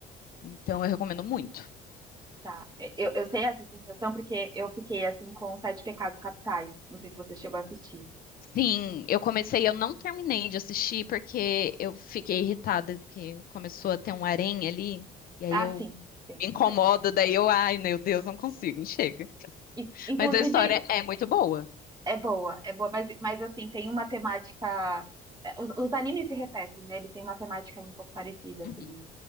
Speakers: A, on the left; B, on the right.
A: Então eu recomendo muito.
B: Tá. Eu, eu sei essa sensação porque eu fiquei assim com Sete Pecados Capitais. Não sei se você chegou a assistir.
A: Sim, eu comecei, eu não terminei de assistir porque eu fiquei irritada que começou a ter um harém ali, e aí
B: Ah,
A: eu
B: sim. Sim.
A: me incomodo,
B: É.
A: daí eu, ai, meu Deus, não consigo, chega.
B: E, inclusive.
A: Mas a história é muito boa.
B: É boa, é boa, mas, mas assim, tem uma temática. é, Os, os animes se repetem, né? Ele tem uma temática um pouco parecida, assim.
A: Uhum.